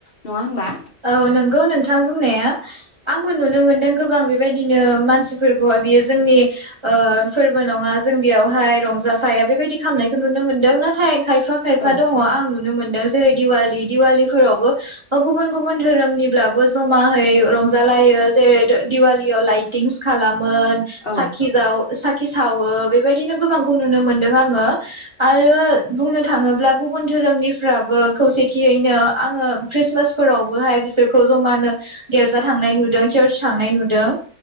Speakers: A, on the left (about 50°); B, on the right (about 25°).
A: नङा होमबा?
B: औ नंगौ नोंथां बुंनाया आंबो नुनो मोनदों गोबां बेबायदिनो मानसिफोरखौहाय बियो जोंनि ओ फोरबो नङा जों बेयावहाय रंजाफाया बेबायदि खालामनायखौ नुनो मोनदों नाथाय खायफा खायफा
A: औ
B: दङ आं नुनो मोनदों जेरै दिवालि दिवालि फोरावबो गुबुन गुबुन धोरोमनिब्लाबो जमायै रंजालायो जेरै दो दिवालियाव लाइटिंस खालाम मो
A: औ
B: साखि जाव साखि सावो बेबाय दिनो गोबांखौ नुनो मोनदों आङो। आरो बुंनो थाङोब्ला गुबुन धोरोमनिफ्राबो खौसेथियैनो आङो खृस्टमास फोरावबोहाय बिसोरखौ जमानो गेर्जा थांनाय नुदों चार्च थांनाय नुदों